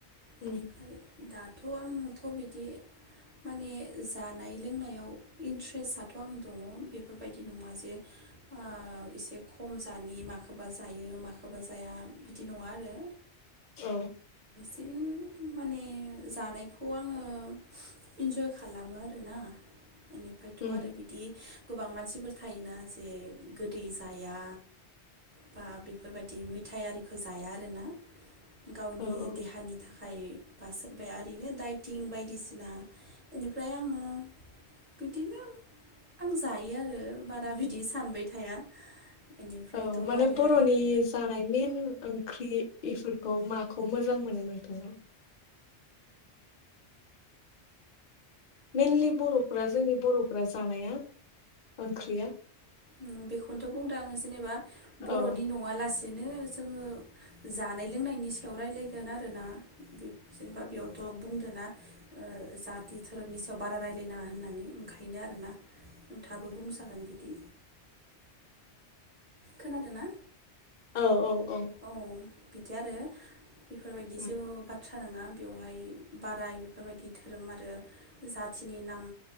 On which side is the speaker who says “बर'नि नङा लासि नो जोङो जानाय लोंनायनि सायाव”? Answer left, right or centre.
Right